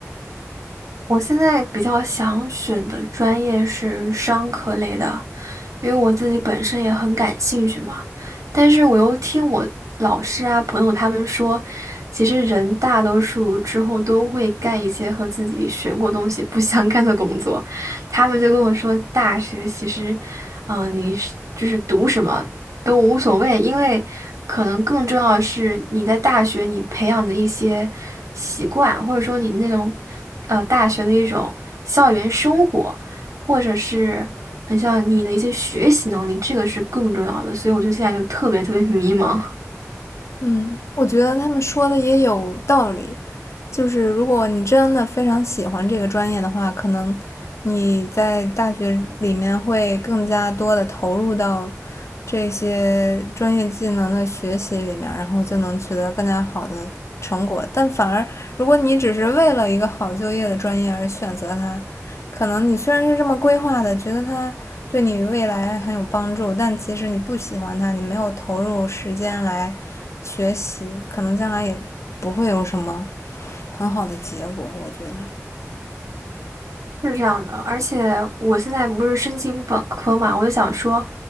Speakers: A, on the right; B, on the left.
A: 我现在比较想选的专业是商科类的，因为我自己本身也很感兴趣嘛。但是我又听我老师啊、朋友他们说，其实人大多数之后都会干一些和自己学过东西不相干的工作。他们就跟我说，大学其实，嗯、你是就是读什么都无所谓，因为可能更重要的是你在大学你培养的一些习惯，或者说你那种呃大学的一种校园生活。或者是很像你的一些学习能力，这个是更重要的。所以我就现在就特别特别迷茫。
B: 嗯，我觉得他们说的也有道理。就是如果你真的非常喜欢这个专业的话，可能你在大学里面会更加多的投入到这些专业技能的学习里面，然后就能取得更加好的成果。但反而，如果你只是为了一个好就业的专业而选择它，可能你虽然是这么规划的，觉得它对你未来很有帮助，但其实你不喜欢它，你没有投入时间来学习，可能将来也不会有什么。很好的结果，我觉得。
A: 是这样的，而且我现在不是申请本科嘛，我就想说，